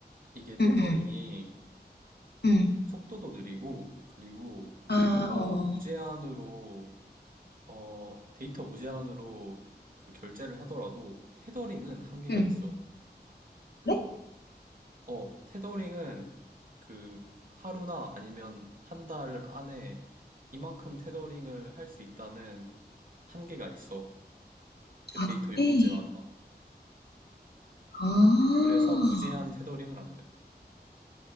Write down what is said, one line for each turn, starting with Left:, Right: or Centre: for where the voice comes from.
Right: 이게 테더링이
Left: 응, 응, 응.
Right: 속도도 느리고, 그리고
Left: 아,
Right: 너가
Left: 어, 어.
Right: 무제한으로, 어, 데이터 무제한으로 그 결제를 하더라도 테더링은 한계가
Left: 응.
Right: 있어.
Left: 그래?
Right: 어, 테더링은 그 하루나 아니면 한 달 안에 이만큼 테더링을 할 수 있다는 한계가 있어. 그
Left: 아,
Right: 데이터
Left: 그래?
Right: 요금제마다.
Left: 아.
Right: 그래서 무제한 테더링은 안 돼.